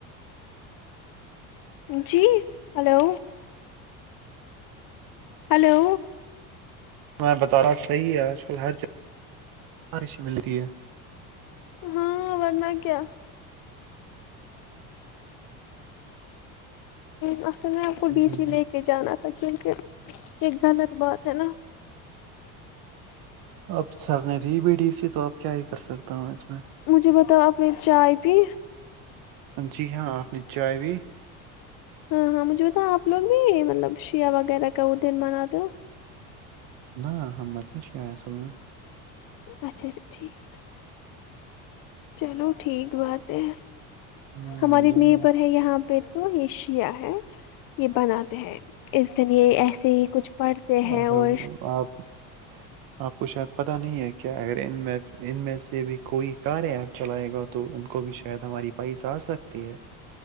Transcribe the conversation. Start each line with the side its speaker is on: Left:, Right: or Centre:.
Left: جی ہلو ہلو
Right: میں بتا اب صحیح ہے آج کل ہر جگہش ملتی ہے
Left: ہاں ورنہ کیا بس تو میں آپ کو ڈی
Right: جی
Left: سی
Right: جی
Left: لے کے جانا تھا کیونکہ یہ غلط بات ہے نا
Right: اب سر نے دی بی ڈی سے تو آپ کیا ہی کر سکتا ہوں اس میں
Left: مجھے بتاؤ اپ میں چائے پی
Right: جی ہاں نچائے بھی
Left: ہاں ہاں مجھے بتا آپ لوگ بھی مطلب شییاہ وغیرہ کا وہ دن مناتے ہو
Right: نہ ہم بدش کیا ہے اصل میں
Left: اچھا اچھا ٹھیک چلو ٹھیک بات ہے
Right: ہاں
Left: ہماری
Right: جی
Left: نی
Right: ہاں
Left: پر ہے یہاں پہ تو یہ شیع ہے یہ بناتے ہیں اس دن یہ ایسے ہی کچھ پڑھتے ہیں
Right: آپ
Left: اور
Right: آپ آپ کو شاید پتا نہیں ہے کیا اگر ان میں ان میں سے بھی کوئی کار ہے ا چلائے گا تو ان کو بھی شاید ہماری پیس آ سکتی ہے